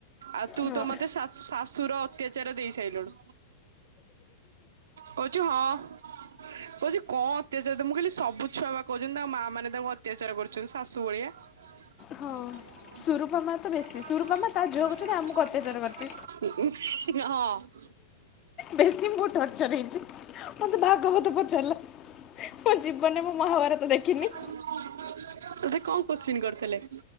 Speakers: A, on the right; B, on the left.
A: ଆଉ ତୁ
B: ହଁ
A: ତ ମତେ ଶାଶୁ ଶାଶୁର ଅତ୍ୟାଚାର ଦେଇ ସାରିଲୁଣି। କହୁଛୁ ହଁ, କହୁଛି କଣ ଅତ୍ୟାଚାର ମୁଁ ତ୍ କହିଲି ସବୁ ଛୁଆ ବା କହୁଛନ୍ତି, ତାଙ୍କ ମା ମାନେ ତାଙ୍କୁ ଅତ୍ୟାଚାର କରୁଛନ୍ତି ଶାଶୁ ଭଳିଆ। ହ
B: ହଁ ସୁରୂପା ମା ତ ବେଶୀ
A: <inaudible>
B: ସୁରୂପା ମା ତା ଝିଅ ଗଛରେ ଆମକୁ ଅତ୍ୟାଚାର କରିଛି
A: ହଁ।
B: ବେଶୀ ମୁଁ ଟର୍ଚର ହେଇଛି, ମତେ ଭାଗବତ ପଚାରିଲା। ମୋ ଜୀବନରେ ମୁଁ ମହାଭାରତ ଦେଖିନି।
A: ତତେ କଣ କୋଶ୍ଚିିନ କରିଥିଲେ?